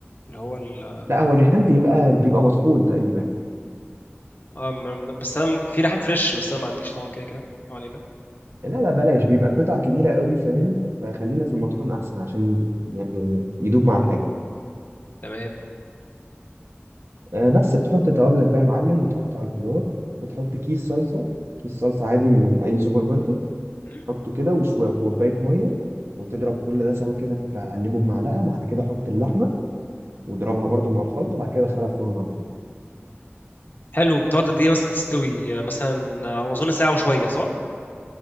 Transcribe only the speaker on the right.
لا هو الريحان بيبقى بيبقى مطحون تقريبا
لا لا بلاش بيبقى قطع كبيرة قوي فاهم فخلينا في المطحون احسن عشان يعني يدوب مع الحاجة
آه، بس بتحط توابلك بقى يا معلم وتقطع الخضار وتحط كيس صلصة كيس صلصة عادي من أي سوبر ماركت
حطه كده وشويه وكوبايه ميه وتضرب كل ده سوا كده تقلبه بمعلقه بعد كده حط اللحمه واضربها برضو مع الخلطه بعد كده دخلها الفرن على طول